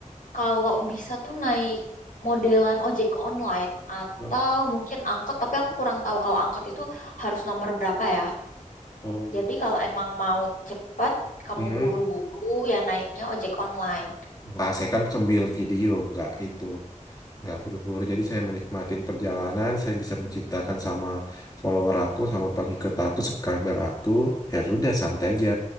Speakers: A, on the left (about 85°); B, on the left (about 30°).
A: kalau bisa tuh naik modelan ojek online atau
B: Oh,
A: mungkin angkot, tapi aku kurang tahu kalau angkot itu harus nomor berapa ya.
B: oh.
A: Jadi kalau emang mau cepet, kamu
B: Hmm.
A: buru-buru ya naiknya ojek online.
B: Nggak, saya kan sambil video, nggak itu. Nggak buru-buru, jadi saya menikmatin perjalanan, saya bisa menceritakan sama follower aku, sama pengikut aku, subscriber aku, ya sudah santai aja.